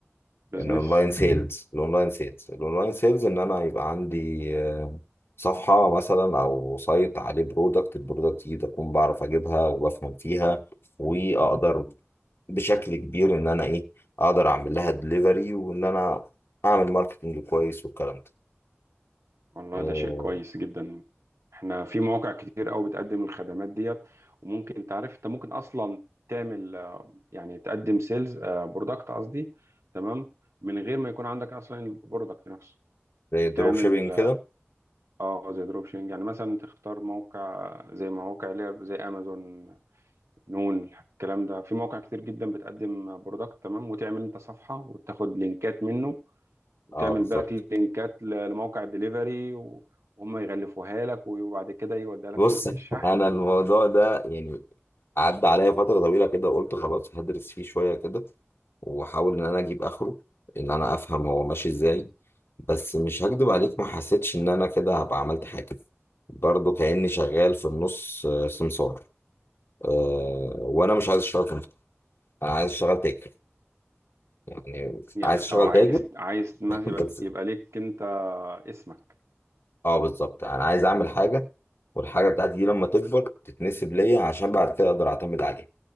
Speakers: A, on the right; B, on the left.
A: بيزنس
B: الأونلاين سيلز الأونلاين سيلز الأونلاين سيلز إن أنا يبقى عندي آه، صفحة مثلا أو سايت عليه برودكت البرودكت دي أكون بعرف أجيبها وبفهم فيها وأقدر بشكل كبير إن أنا إيه أقدر أعمل لها دليفري وإن أنا أعمل ماركتنج كويس والكلام ده
A: والله
B: آه،
A: ده شيء كويس جدا إحنا في مواقع كتير أوي بتقدم الخدمات ديت وممكن تعرف أنت ممكن أصلا تعمل يعني تقدم سيلز برودكت قصدي تمام من غير ما يكون عندك اصلا البرودكت نفسه
B: زي
A: وتعمل
B: الدروب شيبينج كده
A: اه آه، زي دروب شيبنج يعني مثلا تختار موقع زي مواقع اللي هي زي امازون نون الكلام ده في مواقع كتير جدا بتقدم برودكت تمام وتعمل انت صفحة وتاخد لينكات منه وتعمل
B: أه بالظبط
A: باك لينكات ل- لموقع الدليفري و- وهم يغلفوها لك وبعد كده يوديها لك
B: بص
A: شركة
B: <laughs>
A: الشحن
B: انا الموضوع ده يعني عدى عليا فتره طويله كده وقلت خلاص هدرس فيه شويه كده واحاول ان انا اجيب اخره ان انا افهم هو ماشي ازاي بس مش هكدب عليك ما حسيتش ان انا كده هبقى عملت حاجه برضه كاني شغال في النص آه، سمسار أه وانا مش عايز اشتغل سمسار انا عايز اشتغل تاجر يعني
A: يعني
B: عايز اشتغل
A: او عايز
B: تاجر
A: عايز ما
B: <laughs>
A: يبقى
B: بس
A: يبقى ليك انت اسمك
B: اه بالظبط انا عايز اعمل حاجه والحاجه بتاعتي دي لما تكبر تتنسب ليا عشان بعد كده اقدر اعتمد عليها